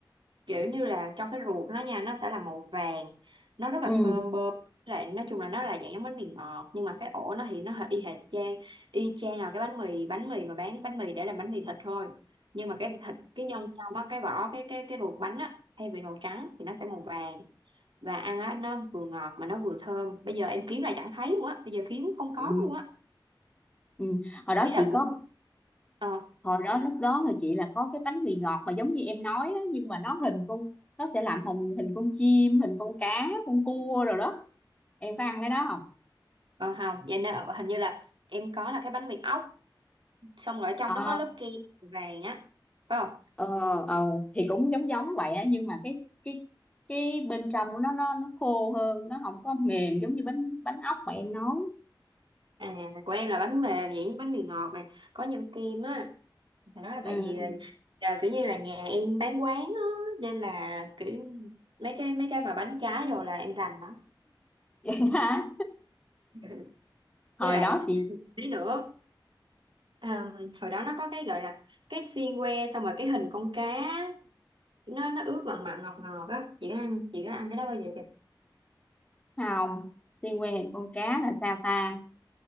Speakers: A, on the right; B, on the left.
A: kiểu như là trong cái ruột nó nha nó sẽ là màu vàng nó rất
B: ừ,
A: là thơm Ừ. bơm lại nói chung là nó là dạng giống bánh mì ngọt nhưng mà cái ổ nó thì nó hơi y hệt chang y chang là cái bánh mì bánh mì mà bán bánh mì để làm bánh mì thịt thôi nhưng mà cái thịt cái nhân trong á cái vỏ cái cái cái ruột bánh á thay vì màu trắng thì nó sẽ màu vàng và ăn á nó vừa ngọt mà nó vừa thơm bây giờ em kiếm là chẳng thấy luôn á bây giờ kiếm không có
B: ừ,
A: luôn á
B: ừ. hồi đó
A: ý là
B: chị
A: cũng
B: có
A: ờ
B: hồi đó lúc đó là chị là có cái bánh mì ngọt mà giống như em nói á, nhưng mà nó hình con nó sẽ làm thành hình con chim hình con cá con cua rồi đó em có ăn cái đó không
A: ờ không vậy nên ờ, hình như là em có là cái bánh mì ốc xong rồi ở trong
B: ờ
A: nó có lớp kem vàng á phải không
B: ờ ờ thì cũng giống giống vậy á nhưng mà cái cái cái bên trong của nó nó nó khô hơn nó không có mềm giống như bánh bánh ốc mà em nói
A: à của em là bánh mềm vậy bánh mì ngọt mà có nhân kem á phải nói là
B: ừ
A: tại vì là, là kiểu như là nhà em bán quán á nên là kiểu mấy cái mấy cái mà bánh trái đồ là em rành đó
B: <laughs> vậy hả
A: <laughs>
B: hồi
A: với lại
B: đó chị
A: tí nữa ờm, hồi đó nó có cái gọi là cái xiên que xong rồi cái hình con cá nó nó ướp mặn mặn ngọt ngọt á chị có ăn chị có ăn cái đó bao giờ
B: không xiên que hình con cá là sao ta